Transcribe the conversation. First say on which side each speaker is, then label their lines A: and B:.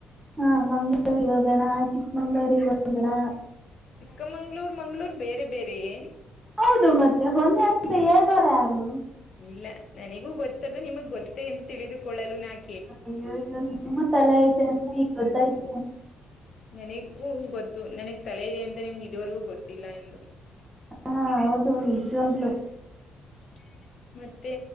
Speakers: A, on the right (about 15°); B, on the left (about 55°).
A: ಹಾ ಮಂಗಳೂರಿಗೆ ಹೋಗೋಣಾ ಚಿಕ್ಕಮಂಗಳೂರಿಗೆ ಹೋಗೋಣಾ
B: ಚಿಕ್ಕಮಂಗ್ಳೂರು ಮಂಗಳೂರು ಬೇರೆ ಬೇರೆಯೆ
A: ಹೌದು ಮತ್ತೆ ಒಂದೇ ಅಂತ ಹೇಳ್ದೋರ್ ಯಾರು
B: ಇಲ್ಲ ನನಗೂ ಗೊತ್ತದು ನಿಮಗ್ ಗೊತ್ತೇ ಎಂದು ತಿಳಿದುಕೊಳ್ಳಲು ನಾನ್
A: ಅಯ್ಯೊಯ್ಯೊ ನಿಮ್ಗೂ ತಲೆ ಐತೆ ಅಂತ ಈಗ ಗೊತ್ತಾಯ್ತು
B: ನನಿಗೂ ಗೊತ್ತು ನನಿಗ್ ತಲೆ ಇದೆ ಅಂತ ನಿಮ್ಗೆ ಇದುವರೆಗೂ ಗೊತ್ತಿಲ್ಲ ಎಂದು <unintelligible>
A: ಹಾ ಹೌದು ನಿಜವಾಗ್ಲು
B: <inaudible> ಮತ್ತೆ